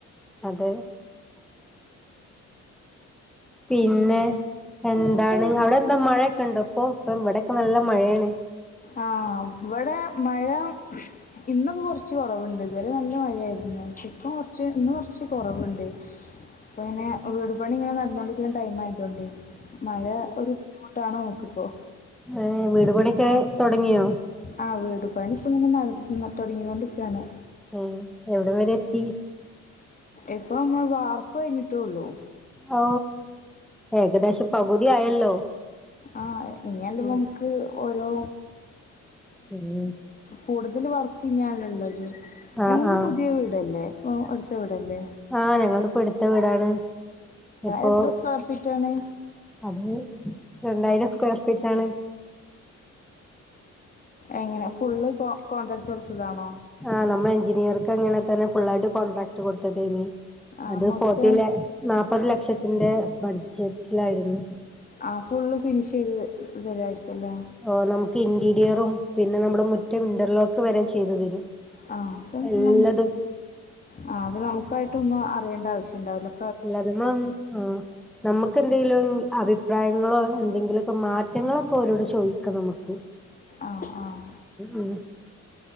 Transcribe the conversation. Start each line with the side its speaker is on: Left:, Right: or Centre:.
Centre: അതെ പിന്നെ എന്താണ് അവിടെ എന്താ മഴയൊക്കെ ഇണ്ടോ ഇപ്പൊ ഇപ്പ ഇവിടെൊക്കെ നല്ല മഴയാണ്
Left: ആ ഇവിടെ മഴ ഇന്നൊക്കെ കുറച്ച് കുറവുണ്ട് ഇതുവരെ നല്ല മഴയായിരുന്നു ഇപ്പ കൊറച്ച് ഇന്ന് കൊറച്ച് കൊറവുണ്ട് ഇപ്പൊ ന്നെ വീടുപണിങ്ങനെ നടന്നുകോണ്ടിരിക്കുന്ന ടൈം ആയതൊണ്ട് മഴ ഒരു ബുദ്ധിമുട്ടാണോ നമക്കിപ്പോ
Centre: ഏ വീട് പണിയൊക്കെ തുടങ്ങിയോ
Left: ആ വീട് പണി ഇപ്പ ഇങ്ങനെ നട തുടങ്ങിണ്ടിക്കയാണ്
Centre: ആ എവിടെ വരെ എത്തി
Left: ഇപ്പം വാർപ്പ് കഴിഞ്ഞിട്ടേള്ളൂ
Centre: ഓ എകദോശ പകുതി ആയല്ലോ
Left: ആ ഇഞ്ഞാണ്
Centre: ഉം
Left: നമുക്ക് ഓരോ
Centre: ഉം
Left: കൂടുതൽ വർക്ക് ഇന്നിയാണുള്ളത്
Centre: ആഹ്
Left: നിങ്ങളത്
Centre: ആഹ്
Left: പുതിയ വീടല്ലേ ഓ അടുത്തവിടെല്ലേ
Centre: ആഹ് ഞങ്ങളുടെ ഇപ്പൊ എടുത്ത വീടാണ് ഇപ്പോ
Left: എത്ര സ്ക്വയർ ഫീറ്റാണ്
Centre: അത് രണ്ടായിരം സ്ക്വയർ ഫീറ്റ് ആണ്
Left: എങ്ങനെ ഫുള്ള് കോ കോൺടാക്ട് കൊടുത്തതാണോ
Centre: ആ നമ്മൾ എഞ്ചിനിയർക്ക് അങ്ങനെ തന്നെ ഫുൾായിട്ട് കോണ്ട്രക്ട് കൊടുത്തത് ഏനി
Left: ആ
Centre: അത്
Left: മൊത്തം
Centre: ഫോർട്ടി ല നാല്പ്പത് ലക്ഷത്തിന്റെ ബഡ്ജറ്റിലായിരുന്നു
Left: ആ ഫുള്ള് ഫിനിഷ്യ്ത് തരുമായിരിക്കും അല്ലേ
Centre: ഓ നമുക്ക് ഇന്റീരിയറും പിന്നെ നമ്മുടെ മുറ്റം ഇന്റർലോക്ക് വരെ ചെയ്തു തരും
Left: ആ അപ്പം
Centre: എല്ലതും
Left: നമുക്ക് ആ അപ്പ നമുക്കായിട്ട ഒന്നും അറിയേണ്ട ആവശ്യംണ്ടാവില്ലോ
Centre: ഇല്ല നമ്മള ആ നമുക്ക്ന്തെങ്കിലും അഭിപ്രായങ്ങളോ എന്തെങ്കിലുമൊക്കെ മാറ്റങ്ങളൊക്കെ ഓരോട് ചോദിക്കാം നമുക്ക്
Left: ആഹ് ആഹ്
Centre: ഉം